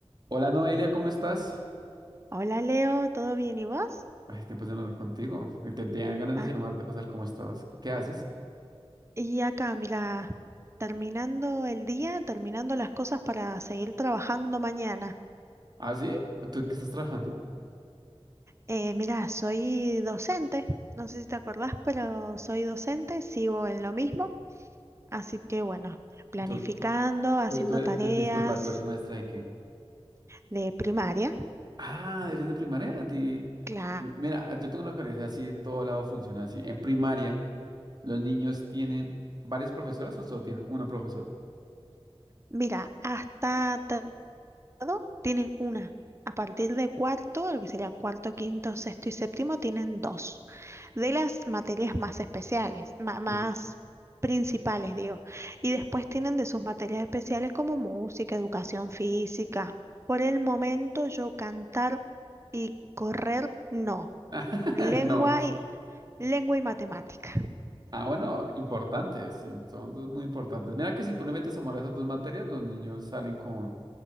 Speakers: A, on the right; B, on the right.
A: Hola Noelia, ¿cómo estás?
B: Hola Leo, ¿todo bien y vos?
A: Ay, tiempo de no hablar contigo. Te tenía ganas de
B: Ah,
A: llamarte para saber cómo estabas. ¿Qué haces?
B: y acá, mira, terminando el día, terminando las cosas para seguir trabajando mañana.
A: ¿Ah, sí? ¿Tú en qué estás trabajando?
B: Eh, mira, soy docente, no sé si te acordás, pero soy docente, sigo en lo mismo, así que bueno, planificando,
A: ¿Tú,
B: haciendo
A: tú- tú eres-
B: tareas
A: di- disculpa, ¿tú eres maestra de qué?
B: de primaria.
A: Ah, eres de primaria, a ti.
B: Claro,
A: M- Mira, yo tengo una curiosidad así, en todo lado funciona así. En primaria, ¿los niños tienen varias profesoras o solo tienen una profesora?
B: mira, hasta todo tienen una. A partir de cuarto, lo que sería cuarto, quinto, sexto y séptimo, tienen dos. de las materias más especiales, ma- más
A: Sí.
B: principales, digo. Y después tienen de sus materias especiales como música, educación física. Por el momento yo cantar y correr, no.
A: <laughs>
B: Lengua
A: No.
B: y, lengua y matemática.
A: Ah, bueno, importantes. sí, Son dos muy importantes. Mira que si tú le metes amor a esas dos materias, los niños salen con